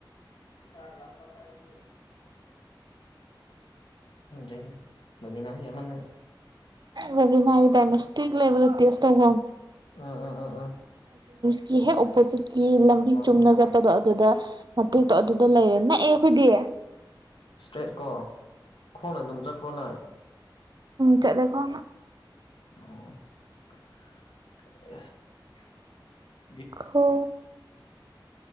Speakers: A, on the left; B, on the right.
A: ꯀꯅꯥ ꯄꯇꯥꯏ ꯐ ꯈꯪꯗ꯭ꯔꯦꯗ ꯕꯕꯤꯅꯥꯁꯨ ꯑꯃꯅꯤꯟꯗꯅ
B: ꯔꯣꯕꯤꯅ ꯍꯥꯏꯗꯅꯣꯇꯤꯒ ꯂꯩꯕꯠꯇꯁ ꯇꯧꯕꯣꯟ
A: ꯎꯝ ꯎꯝ ꯎꯝ ꯎꯥ
B: ꯀ ꯍꯦꯛ ꯑꯣꯄꯣꯖꯤꯠꯀꯤ ꯂꯝꯕꯤ ꯆꯨꯝꯅ
A: ꯑꯣ
B: ꯆꯠꯄꯗꯣ ꯑꯗꯨꯗ ꯅꯦꯛꯇꯣ ꯑꯗꯨꯗ ꯂꯩꯔꯦ ꯅ ꯑꯦ ꯑꯩꯈꯣꯏꯗꯤ
A: ꯏꯁꯇ꯭ꯔꯦꯠ ꯀꯣ ꯈꯣꯡꯅ ꯑꯗꯨꯝ ꯆꯠꯄ꯭ꯔꯣ ꯅꯣꯏ
B: ꯆꯠꯂꯀ
A: ꯑꯣ
B: ꯈ